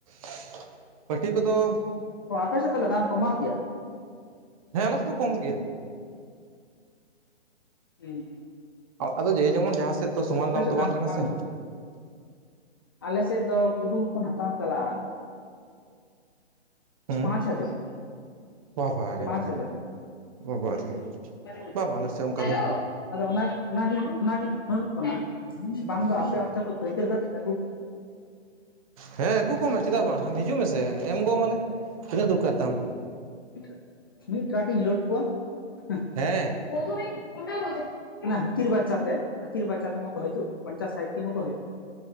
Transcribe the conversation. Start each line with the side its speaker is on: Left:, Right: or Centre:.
Right: <inaudible> ᱯᱟᱹᱴᱷᱤ ᱠᱚᱫᱚ ᱾
Left: ᱚ ᱟᱯᱮᱥᱮᱫ ᱛᱟᱞᱮ ᱫᱟᱢ ᱠᱚᱢᱟᱣ ᱜᱮᱭᱟ?
Right: ᱦᱮᱸ ᱟᱞ ᱥᱮᱫ ᱫᱚ ᱠᱚᱢ ᱜᱮᱭᱟ ᱾
Left: <inaudible>
Right: ᱟᱫᱚ ᱡᱮ ᱡᱮᱢᱚᱱ ᱡᱟᱦᱟᱸ ᱥᱮᱫ ᱛᱚ ᱥᱚᱢᱟᱱ
Left: ᱟᱯᱮ
Right: ᱫᱟᱢ
Left: ᱥᱮᱫ
Right: ᱛᱚ ᱵᱟᱝ ᱠᱟᱱᱟ
Left: ᱠᱚᱢᱟᱣ
Right: ᱥᱮ?
Left: ᱜᱮᱭᱟ ᱟᱞᱮ ᱥᱮᱫ ᱫᱚ ᱯᱩᱰᱩ ᱦᱚᱯᱚᱱ ᱦᱟᱛᱟᱢ ᱪᱟᱞᱟᱜᱼᱟ ᱾
Right: ᱦᱩᱸ
Left: ᱯᱟᱸᱪ ᱦᱟᱡᱟᱨ ᱾
Right: ᱵᱟᱵᱟᱨᱮ
Left: ᱯᱟᱸᱪ ᱦᱟᱡᱟᱨ
Right: ᱵᱟᱵᱟᱨᱮ
Left: <inaudible>
Right: ᱵᱟᱝ ᱟᱞᱮ ᱥᱮᱫ ᱚᱱᱠᱟ
Left: ᱦᱮᱞᱳ
Right: ᱫᱚ
Left: ᱟᱫᱚ ᱚᱱᱟᱜᱮ ᱚᱱᱟᱜᱤᱧ ᱚᱱᱟᱞᱤᱧ ᱜᱩᱱᱟᱹᱱᱚᱜ ᱠᱟᱱᱟ ᱵᱟᱝ ᱫᱚ ᱟᱯᱮ ᱚᱱᱛᱮ ᱠᱚᱡ ᱯᱟᱹᱭᱛᱟᱹᱨ ᱠᱟᱛᱮᱧ ᱟᱹᱜᱩ ᱠᱮ ᱾
Right: ᱦᱮᱸ ᱟᱹᱜᱩ ᱠᱚᱢᱮ ᱪᱮᱫᱟᱜ ᱵᱟᱝ ᱟᱢ ᱦᱤᱡᱩᱜ ᱢᱮᱥᱮ ᱮᱢ ᱜᱚᱜ ᱟᱢᱟᱞᱮ ᱛᱤᱱᱟᱹᱜ ᱫᱚᱨᱠᱟᱨ ᱛᱟᱢ?
Left: <inaudible> ᱢᱤᱫ ᱴᱨᱟᱠ ᱤᱧ ᱞᱳᱰ ᱠᱚᱣᱟ <inaudible>
Right: ᱦᱮᱸ᱾
Left: <unintelligible> <inaudible> ᱦᱟᱹᱛᱤᱨ ᱵᱟᱨᱪᱟᱛᱮ ᱦᱟᱹᱛᱤᱨ ᱵᱟᱪᱟ ᱛᱮᱢᱟᱠᱚ ᱦᱟᱡᱩᱜ ᱯᱚᱧᱪᱟᱥ ᱥᱟᱴᱴᱤ ᱦᱚᱸ ᱠᱚ ᱦᱟᱡᱩᱜ